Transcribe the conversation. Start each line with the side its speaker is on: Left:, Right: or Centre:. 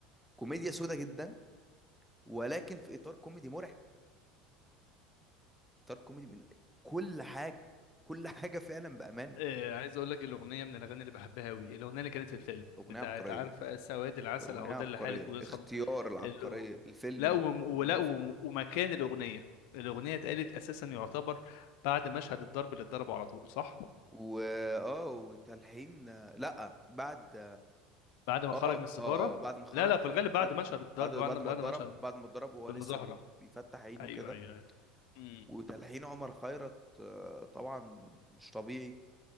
Centre: كوميديا سودا جدا ولكن في اطار كوميدي مرعب اطار كوميدي من كل حاجة كل حاجة فعلا بأمانة
Left: آه، عايز اقول لك الاغنية من الاغاني اللي بحبها قوي الاغنية اللي كانت في الفيلم
Centre: الأغنية
Left: بتاعت
Centre: عبقرية
Left: عارفة سواد العسل
Centre: الأغنية
Left: اهو
Centre: عبقرية
Left: ده اللي حالك ويوصل
Centre: اختيار العبقرية
Left: الأغ-
Centre: الفيلم
Left: لا وم- ولا
Centre: الأغنية
Left: وم- ومكان الاغنية الاغنية اتقالت اساسا يعتبر بعد مشهد الضرب اللي اتضربه على طول صح
Centre: و اه وتلحين لا بعد
Left: بعد ما
Centre: اه
Left: خرج
Centre: اه
Left: من السفارة
Centre: اه بعد ما خرج
Left: لا لا في الغالب بعد
Centre: بعد بعد
Left: مشهد الضرب
Centre: بعد
Left: بعد
Centre: بعد
Left: بعد
Centre: ما اتضرب
Left: مشهد
Centre: بعد ما اتضرب وهو
Left: بالمظاهرة
Centre: لسه بي بيفتح عينه
Left: ايوه
Centre: كده
Left: ايوه أيوة.
Centre: وتلحين عمر خيرت آه، طبعا مش طبيعي